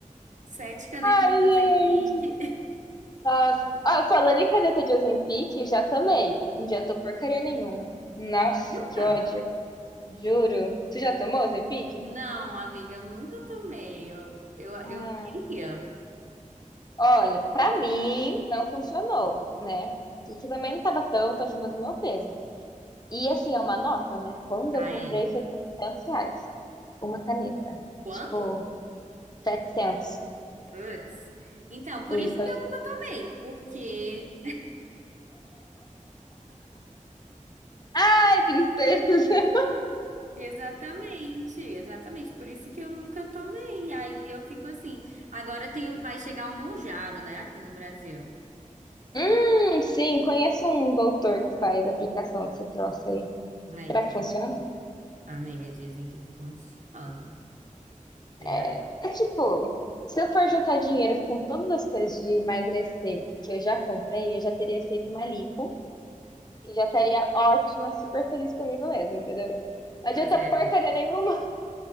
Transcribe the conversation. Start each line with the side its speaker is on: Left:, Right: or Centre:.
Right: sete canetas
Left: Ai,
Right: de Ozempic.
Left: gente. Nossa. Ah, falando em caneta de Ozempic, já tomei. Não adiantou porcaria nenhuma. Nossa,
Right: <laughs>
Left: que
Right: Ah,
Left: ódio. Juro. Tu já tomou Ozempic?
Right: Não, amiga, eu nunca tomei. Eu, eu, eu
Left: Ah.
Right: queria.
Left: Olha, pra mim não funcionou, né? Isso também não tava tanto acima do meu peso. E assim, é uma nota, né? Quando
Right: Ah,
Left: eu comprei
Right: é?
Left: foi 700 reais. Uma caneta.
Right: Quanto?
Left: Tipo, 700.
Right: Putz. Então, por
Left: E
Right: isso
Left: foi.
Right: que eu nunca tomei, porque
Left: Ai, tristeza. <laughs>
Right: exatamente, exatamente, por isso que eu nunca tomei. Aí eu fico assim. Agora tem, o- vai chegar o Mounjaro, né, aqui no Brasil.
Left: Hum, sim, conheço um doutor que faz aplicação desse troço aí.
Right: Aí,
Left: Será
Right: tá.
Left: que funciona?
Right: amiga, dizem que funciona. Será?
Left: É, é tipo, se eu for juntar dinheiro com todas as coisas de emagrecer que eu já comprei, eu já teria feito uma lipo e já estaria ótima, super feliz comigo mesma, entendeu? Não adianta
Right: Pois é. amiga.
Left: porcaria nenhuma.